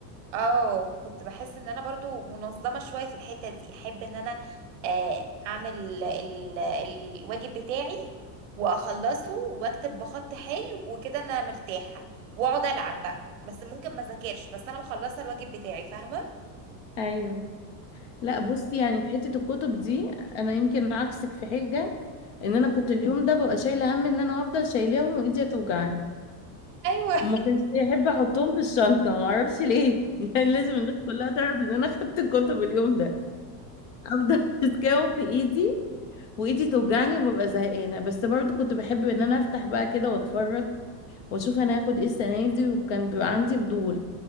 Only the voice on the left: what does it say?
ايوه لا
بصي يعني في حته الكتب دي انا يمكن عكسك في حاجه ان انا كنت اليوم ده ببقى شايله هم ان انا هفضل شايلاهم وايدي هتوجعني
وما كانش يحب احطهم في الشنطه ما اعرفش ليه <laughs> يعني لازم الناس كلها تعرف ان انا خدت الكتب اليوم ده افضل <laughs> ماسكاهم في ايدي وايدي توجعني وببقى زهقانه بس برضو كنت بحب ان انا افتح بقى كده واتفرج واشوف انا هاخد ايه السنه دي وكان بيبقى عندي فضول